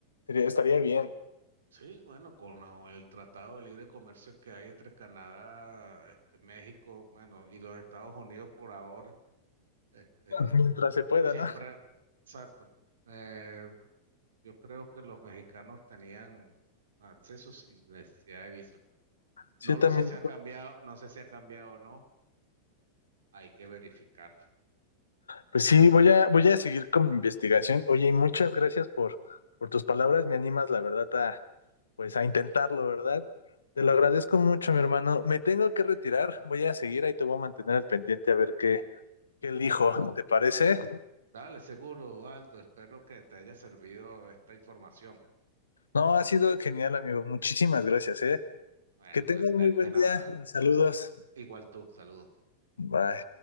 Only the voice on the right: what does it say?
Sí, bueno, con lo- el Tratado de Libre Comercio que hay entre Canadá, este, México, bueno, y los Estados Unidos por ahora, este,
siempre,
exacto. eh, Yo creo que los mexicanos tenían acceso sin necesidad de visa.
No
lo sé si ha cambiado, no sé si ha cambiado o no. Hay que verificarlo.
Dale, seguro, Aldo. Espero que te haya servido esta información.
Bueno,
de,
de de
nada.
Igual tú, saludos.